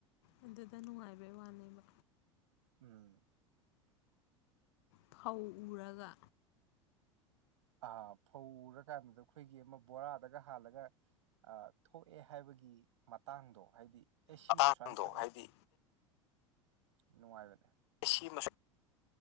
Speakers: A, on the left; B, on the right.
A: ꯑꯗꯨꯗ ꯅꯨꯡꯉꯥꯏꯕꯩ ꯋꯥꯅꯦꯕ
B: ꯎꯝ
A: ꯐꯧ ꯎꯔꯒ
B: ꯑꯥ ꯐꯧ ꯎꯔꯀꯥꯟꯗꯨꯗ ꯑꯩꯈꯣꯏꯒꯤ ꯑꯃ ꯕꯣꯔꯥꯗꯒ ꯍꯥꯜꯂꯒ ꯊꯣꯛꯑꯦ ꯍꯥꯏꯕꯒꯤ ꯃꯇꯥꯡꯗꯣ ꯍꯥꯏꯗꯤ ꯑꯦ ꯁꯤꯃ
A: ꯃꯇꯥꯡꯗꯣ
B: ꯁꯨꯃꯥꯏꯅ ꯊꯣꯛꯑꯦ
A: ꯍꯥꯏꯗꯤ
B: ꯅꯨꯡꯉꯥꯏꯕꯅꯦ
A: ꯁꯤꯃ